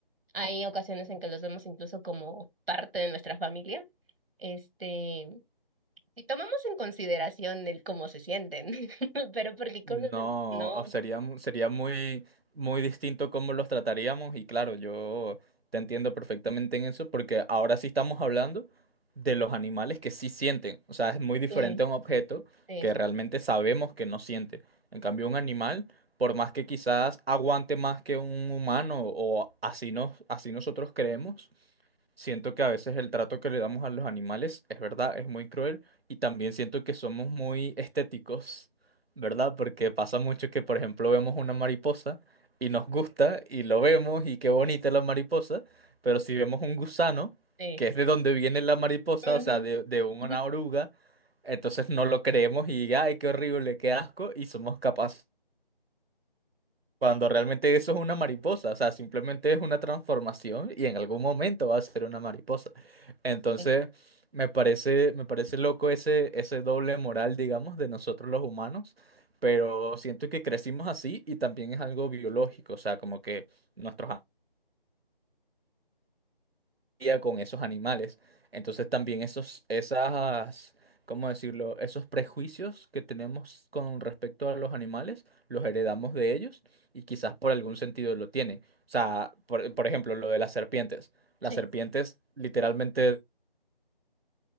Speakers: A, on the right (about 70°); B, on the right (about 85°).
A: hay ocasiones en que los vemos incluso como parte de nuestra familia, este, si tomamos en consideración el cómo se sienten, <laughs> pero porque
B: No,
A: con los demás no.
B: o sería, mu- sería muy, muy distinto cómo los trataríamos y claro, yo te entiendo perfectamente en eso porque ahora sí estamos hablando de los animales que sí sienten. O sea, es muy diferente
A: Sí,
B: a un objeto
A: sí,
B: que
A: sí.
B: realmente sabemos que no siente. En cambio, un animal, por más que quizás aguante más que un humano o así, nos, así nosotros creemos, Siento que a veces el trato que le damos a los animales es verdad, es muy cruel y también siento que somos muy estéticos, ¿verdad? Porque pasa mucho que, por ejemplo, vemos una mariposa y nos gusta y lo vemos y qué bonita la mariposa, pero si vemos un gusano,
A: sí.
B: que es de donde viene la mariposa,
A: Ujú.
B: o sea, de, de una
A: <laughs>
B: oruga, entonces no lo creemos y, ay, qué horrible, qué asco, y somos capaces. Cuando realmente eso es una mariposa, o sea, simplemente es una transformación y en algún momento va a ser una mariposa. Entonces,
A: Sí.
B: me parece, me parece loco ese, ese doble moral, digamos, de nosotros los humanos, pero siento que crecimos así y también es algo biológico, o sea, como que nuestros día con esos animales. Entonces también esos, esas, ¿cómo decirlo? Esos prejuicios que tenemos con respecto a los animales, los heredamos de ellos y quizás por algún sentido lo tienen. O sea, por, por ejemplo, lo de las serpientes. Las
A: Sí.
B: serpientes literalmente